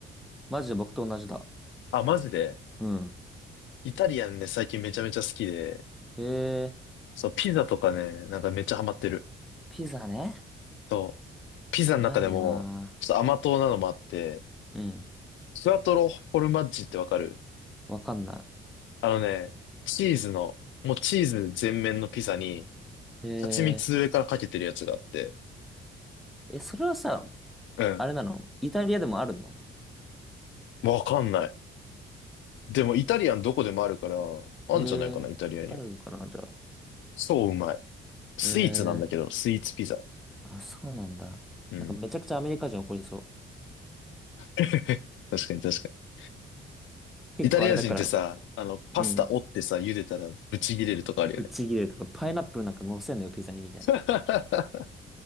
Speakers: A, in the centre; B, on the left.
A: マジで僕と同じだ。
B: あ、マジで。
A: うん。
B: イタリアンね、最近めちゃめちゃ好きで、
A: へえ、
B: そう、ピザとかね、なんかめっちゃハマってる。
A: ピザね。
B: そう、ピザの中でも、
A: うまいよな。
B: ちょっと甘党なのもあって、
A: うん。
B: スクワトロフォルマッジってわかる
A: わかんな
B: あのね、チーズの、もうチーズ全面のピザに、
A: い。へえ、
B: 蜂蜜上からかけてるやつがあって。
A: え、それはさ、
B: うん。
A: あれなのイタリアでもあるの
B: わかんない。でもイタリアンどこでもあるから、あんじゃないかな、
A: へえ、
B: イタリアにも。
A: あるんかな、じゃあ。
B: そううまい。スイーツなんだけど、
A: へえ。
B: スイーツピザ。
A: あ、そうなんだ。
B: うん。
A: なんかめちゃくちゃアメリカ人怒りそう。
B: <laughs> 確かに確かに。
A: 結構あれだから、
B: イタリア人ってさ、あの、パスタ折ってさ、
A: うん。
B: 茹でたらブチ切れるとかあるよね。
A: ぶっちぎれるとか、パイナップルなんか乗せんのよ、ピザにみたいな。
B: <laughs>